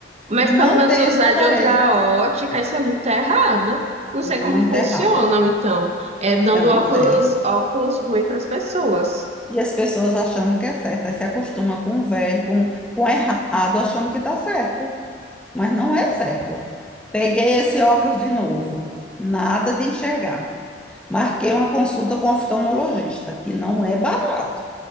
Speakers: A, on the right; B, in the centre.
A: Mas
B: não
A: pelo menos
B: tem
A: usar
B: esse aparelho.
A: de outra ótica, isso é muito errado. Não sei
B: Muito
A: como funcionam,
B: errado,
A: então. É dando
B: eu não
A: óculos,
B: sei.
A: óculos ruim para as pessoas.
B: E as pessoas achando que é certo, aí se acostuma com o velho, com, com o errado, achando que está certo, mas não é certo. Peguei esse óculos de novo, nada de enxergar. Marquei uma consulta com o oftalmologista, que não é barato.